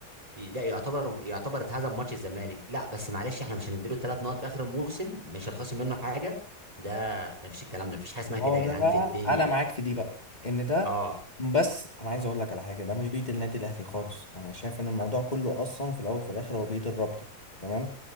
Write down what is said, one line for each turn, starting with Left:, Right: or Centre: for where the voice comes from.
Right: ي- لا يعتبر يعتبر اتهزم ماتش الزمالك لا بس معلش احنا مش هنديله ثلاث نقط في اخر الموسم مش هتخصم منه حاجه ده ده مفيش الكلام ده مفيش حاجه اسمها
Left: هو
Right: كده يا
Left: ده
Right: جدعان
Left: بقى
Right: في الدنيا
Left: أنا معاك في دي بقى إن ده
Right: اه
Left: بس أنا عايز أقول لك على حاجة ده مش بإيد النادي الأهلي خالص أنا شايف إن الموضوع كله أصلا في الأول وفي الآخر هو بإيد الرابطة تمام